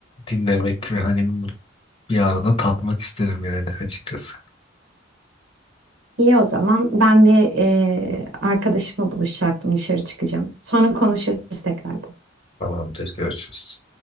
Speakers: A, on the left; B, on the right.
A: dinlemek ve hani bir arada tatmak isterim yani açıkçası.
B: İyi o zaman. Ben bir e, arkadaşımla buluşacaktım. Dışarı çıkacağım. Sonra konuşuruz tekrar.
A: Tamamdır, görüşürüz.